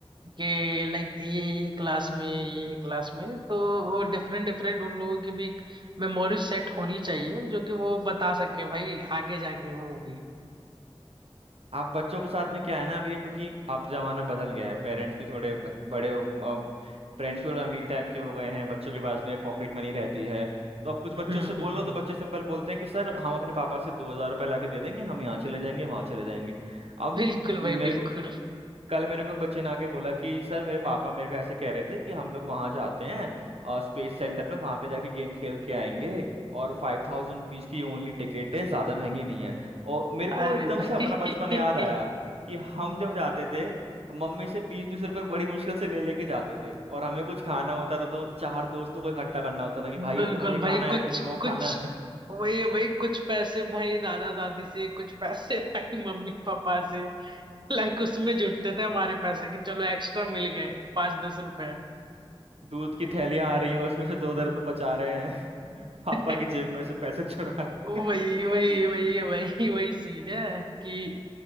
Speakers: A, on the right; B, on the right.
A: कि लाइक ये क्लास में ये क्लास में तो वो डिफरेंट डिफरेंट उन लोगों की भी एक मेमोरी सेट होनी चाहिए जो कि वो बता सके भाई आगे जाके वो भी
B: आप बच्चों के साथ में क्या है ना अभी ये क्योंकि अब जमाना बदल गया है पेरेंट्स भी थोड़े ब- बड़े पेरेंट्स भी थोड़े अमीर टाइप के हो गए हैं बच्चों के पास में पॉकेट मनी रहती है तो अब कुछ
A: <laughs> हम्म
B: बच्चों से
A: हम्म,
B: बोलो
A: हम्म।
B: तो बच्चे सिंपल बोलते हैं कि सर हम अपने पापा से दो हजार रुपये ला के दे देंगे हम यहाँ चले जाएंगे वहाँ चले जाएंगे अब
A: बिल्कुल भाई
B: मेरे
A: बिल्कुल
B: कल मेरे को एक बच्चे ने आके बोला कि सर मेरे पापा मेरे को ऐसे कह रहे थे कि हम लोग वहाँ जाते हैं और स्पेस सेंटर में वहाँ पे जाके गेम खेल के आएंगे और फाइव थाउजेंड रुपीज़ की ओनली टिकट
A: <laughs>
B: है ज़्यादा महंगी नहीं है और मेरे को
A: अरे
B: एकदम
A: भाई
B: से अपना बचपन याद आया
A: <laughs>
B: कि हम जब जाते थे मम्मी से बीस बीस रुपए बड़ी मुश्किल से ले लेके जाते थे और हमें कुछ खाना होता था तो चार दोस्तों को इकट्ठा करना होता था कि भाई
A: बिल्कुल
B: तुम्हें ये
A: भाई
B: खाना
A: कुछ
B: है तुम्हें वो
A: कुछ
B: खाना है
A: वही है भाई कुछ पैसे भाई दादा दादी से कुछ पैसे <laughs> भाई मम्मी पापा से लाइक उसमें जुटते थे हमारे पैसे कि चलो एक्स्ट्रा मिल गए पाँच दस रुपए
B: <laughs> दूध की थैलियाँ आ रही हैं उसमें से दो दो रुपए बचा रहे हैं <laughs> पापा
A: <laughs>
B: की जेब में से पैसे चुरा रहे
A: वही वही
B: हैं
A: वही
B: <laughs>
A: वही वही सीन है कि